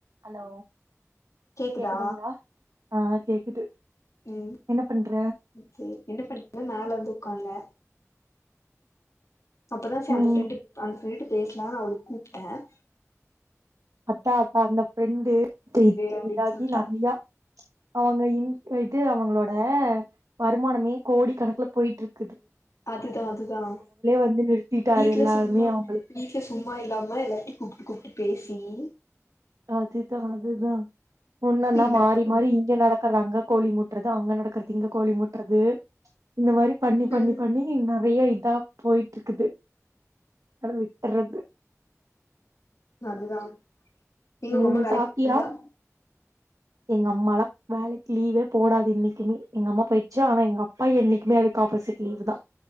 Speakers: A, on the right; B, on the left.
A: Hello
B: கேக்குதா
A: கேக்குதுங்களா ஆ கேக்குது
B: ம்
A: என்ன பண்ற
B: சரி என்ன படிகிற நாலாது க்காங்க அப்பதான் சார்
A: ம்
B: அந்த ப்ரெண்டு அந்த வீட்டு பேஸ்லாம்னு அவ கூப்பிட்டேன்
A: அத்தா அத்தா அந்த ப்ரெண்டு
B: அப்டின்னு
A: இதாகி
B: சொல்ட்டா
A: நெறையா அவங்க இ இது அவங்க உங்களோட வருமானமே கோடி கணக்கில போயிட்டு இருக்கு
B: அதுதான் அதுதான்
A: வந்து நிறுத்திட்டாரு
B: வீட்ல
A: எல்லாருமே
B: சும்மா
A: அவங்களுக்கு
B: வீட்ல சும்மா இல்லாம எல்லார்ட்டையும் கூப்பிட்டு கூப்ட்டு பேசி தி
A: அதுதான் அதுதான் ஒன்னுன்னா
B: இப்ப இந்த
A: மாறி
B: அளவுக்கு கொண்டு
A: மாறி இங்க நடக்கறது அங்க கோழி முட்டுறது அங்க நடக்கிறத இங்க கோழி மூட்றது இந்த மாரி பண்ணி பண்ணி
B: ம்
A: பண்ணி நறைய இதா. போயிட்டு இருக்குது. நானு விட்டுறது.
B: அதுதா. நீங்க
A: ம்
B: உங்க வேலைக்கு
A: சாப்ட்டியா
B: போறிங்களா.
A: எங்க அம்மாலா வேலைக்கு லீவே போடாது என்னைக்குமே எங்க அம்மா போயிடுச்சு ஆனா எங்க அப்பா என்னைக்குமே அதுக்கு ஆப்போசிட் லீவுதா